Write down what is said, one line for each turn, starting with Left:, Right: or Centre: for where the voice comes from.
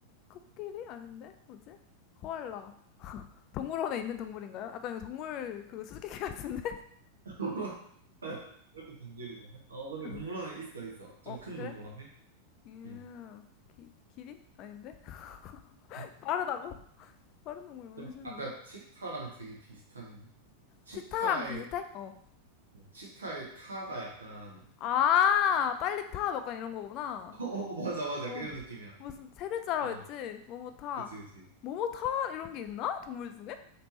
Left: 코끼리? 아닌데? 뭐지? 코알라. 동물원에 있는 동물인가요? 아까 이거 동물 그 수수께끼 같은데?
Right: <laughs> 이렇게 변질이 되네. 어 근데
Left: <laughs>
Right: 동물원에 있어 있어. 좀
Left: 어,
Right: 큰
Left: 그래?
Right: 동물원에.
Left: 유,
Right: 음.
Left: 기, 기린? 아닌데? <laughs>
Right: <laughs>
Left: 빠르다고? 빠른 동물 원숭이.
Right: 좀 아까 치타랑 되게 비슷한 치타의
Left: 치타랑 비슷해? 어.
Right: 뭐 치타의 타가 약간
Left: 아, 빨리 타. 뭐 약간 이런 거구나.
Right: <laughs> 어, 어, 맞아 맞아
Left: 어.
Right: 약간 이런 느낌이야.
Left: 무슨 세 글자라고
Right: 어,
Left: 했지? 뭐뭐 타.
Right: 그치 그치.
Left: 뭐뭐 타? 이런 게 있나? 동물 중에?